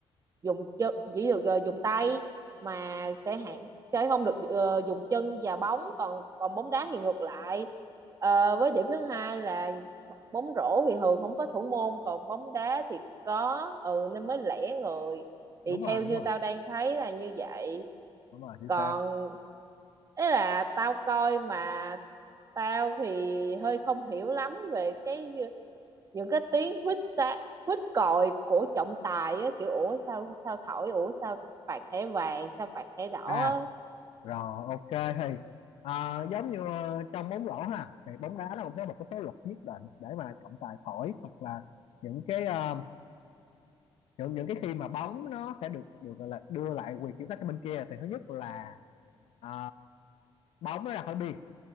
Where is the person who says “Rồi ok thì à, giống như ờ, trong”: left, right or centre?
Left